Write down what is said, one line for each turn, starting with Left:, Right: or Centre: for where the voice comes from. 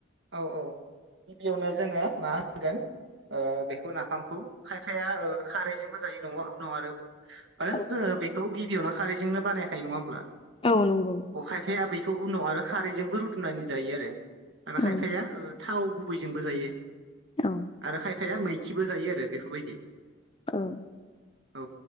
Right: औ औ गिबियावनो जोङो मा होनगोन ओ बेखौ नाफामखौ खायफाया ओ खारैजोंबो जायो नङा उनाव आरो मानो
Left: औ
Right: जोङो बेखौ गिबियावनो खारैजोंनो बानायखायो नङा होमब्ला
Left: औ नंगौ
Right: अ खायफाया बेैखौ उनाव आरो खारैजोंबो रुदुनानै जायो आरो आरो
Left: औ
Right: खायफाया थाव गुबैजोंबो जायो
Left: औ
Right: आरो खायफाया मै खिबो जायो आरो बेफोरबायदि
Left: औ
Right: औ